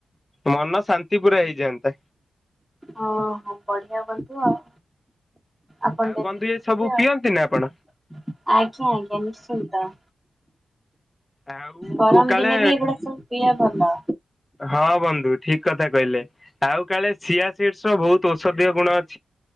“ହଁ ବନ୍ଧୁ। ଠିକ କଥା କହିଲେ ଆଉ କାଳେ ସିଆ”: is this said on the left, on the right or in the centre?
Left